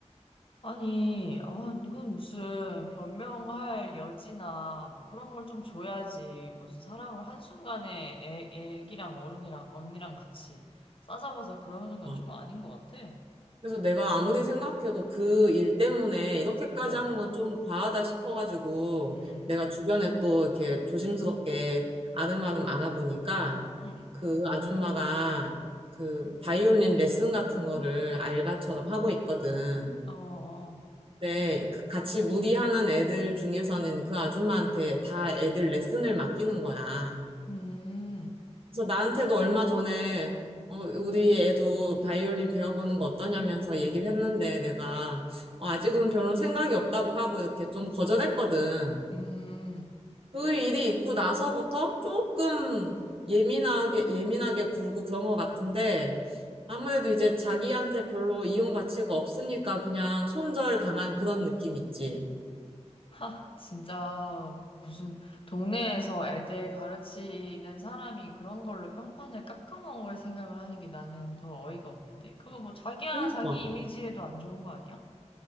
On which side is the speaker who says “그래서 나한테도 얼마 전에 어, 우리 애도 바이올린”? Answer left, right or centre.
Right